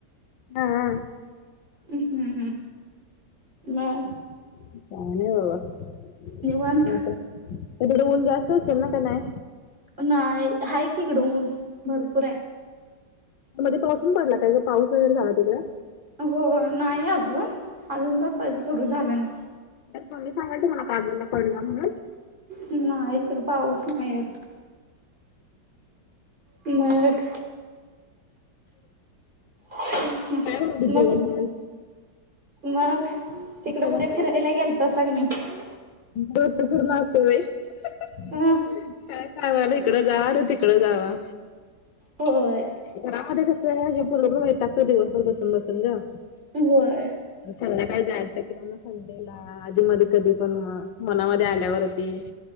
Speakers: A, on the left; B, on the right.
A: हा. हा
B: हम्म हम्म हम्म मग.
A: काय नाही बाबा
B: निवांत.
A: अ तिगड ऊन जास्त असल ना, का नाय.
B: नाही, हाय कि इकड ऊन, भरपूर हाय.
A: मध्ये पाऊसून पडला काय ग, पाऊस वगैरे झाला तिकडे.
B: होय! नाही अजून, अजून तर सुरू झाला नाही.
A: त्यात म्ममी सांगालती मला कागलला पडला म्हणून,
B: नाही, इकड पाऊस नाही अजून. मग, हम्म.
A: काय बनवली जेवण
B: मग,
A: आज?
B: मग तिकड
A: जेवण
B: कुठे फिरायला गेलता तासा का नाही.
A: त पूर ना असते बाई.
B: अ
A: <inaudible> काय सागालं इकडं जावा, तिकडं जावा.
B: होय.
A: घरामध्ये कसं, हे पोरगं वैतागतय दिवसभर बसून बसून गं.
B: होय.
A: संध्याकाळी जायचं किंवा मग संडे ला, आधी मधी कधी पण मग, मनामध्ये आल्यावरती,